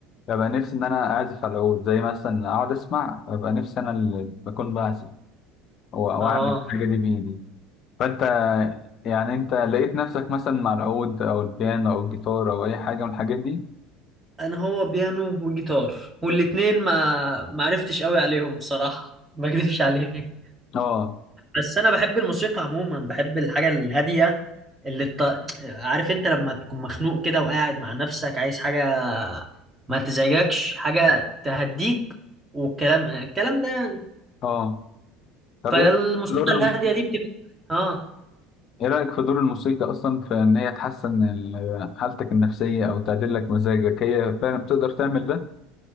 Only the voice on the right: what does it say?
اه
انا هو بيانو وجيتار والاتنين ما ما عرفتش قوي عليهم بصراحة ما اكذبش عليك
بس انا بحب الموسيقى عموما بحب الحاجة الهادية اللي الط... عارف انت لما تكون مخنوق كده وقاعد مع نفسك عايز حاجة ما تزعجكش حاجة تهديك والكلام الكلام ده يعني
فالموسيقى
الهادية دي بتبقى اه